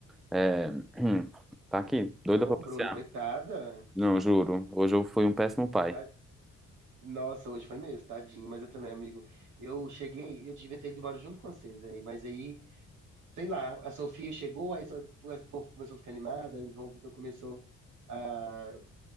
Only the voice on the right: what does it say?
Ô,
Bruno, coitada.
Tá... Nossa, hoje foi mesmo, tadinho, mas eu também, amigo. Eu cheguei, eu devia ter ido embora junto com você, velho. Mas aí. sei lá, a Sofia chegou, aí só- o povo começou a ficar animado, aí o João Vitor começou a,